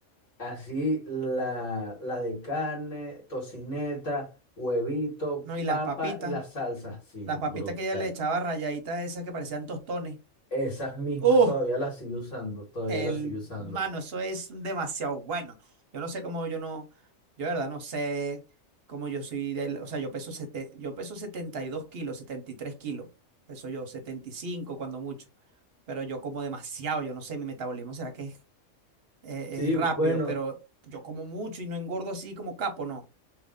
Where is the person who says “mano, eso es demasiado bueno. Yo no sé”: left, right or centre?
Right